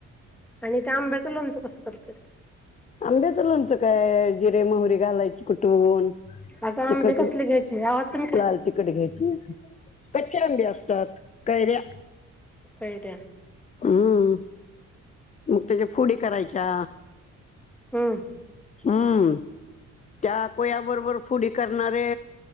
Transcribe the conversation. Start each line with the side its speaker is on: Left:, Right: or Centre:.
Centre: आणि त्या आंब्याचं लोणचं कसं करतात?
Left: आंब्याचं लोणचं काय जिरे, मोहरी घालायची कु टून.
Centre: अगं आंबे
Left: तिखट,
Centre: कसले घ्यायचे आवाज कमी कर
Left: लाल तिखट घ्यायची. कच्चे आंबे असतात. कैऱ्या
Centre: कैऱ्या
Left: हम्म. मग त्याच्या फोडी करायच्या.
Centre: हम्.
Left: हम्म. त्या कोयाबरोबर फोडी करणारे